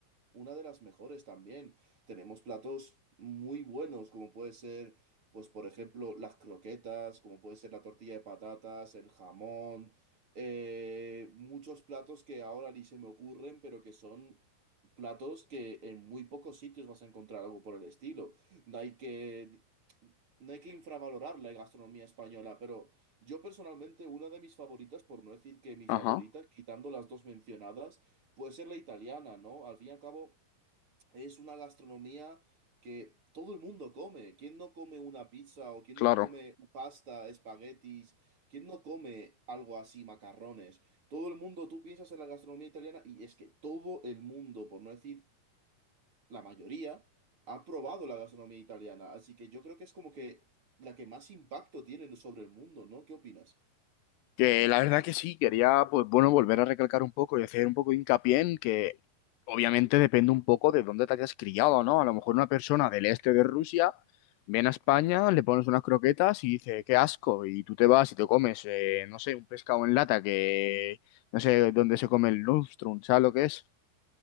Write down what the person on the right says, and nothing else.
una de las mejores también. Tenemos platos muy buenos, como puede ser, pues por ejemplo, las croquetas, como puede ser la tortilla de patatas, el jamón, eh, muchos platos que ahora ni se me ocurren, pero que son platos que en muy pocos sitios vas a encontrar algo por el estilo. No hay que, no hay que infravalorar la gastronomía española, pero yo personalmente una de mis favoritas, por no decir que mi
favorita, quitando las dos mencionadas, puede ser la italiana, ¿no? Al fin y al cabo... Es una gastronomía que todo el mundo come. ¿Quién no come una pizza o quién
no come pasta, espaguetis? ¿Quién no come algo así, macarrones? Todo el mundo, tú piensas en la gastronomía italiana y es que todo el mundo, por no decir la mayoría, ha probado la gastronomía italiana. Así que yo creo que es como que la que más impacto tiene sobre el mundo, ¿no? ¿Qué opinas?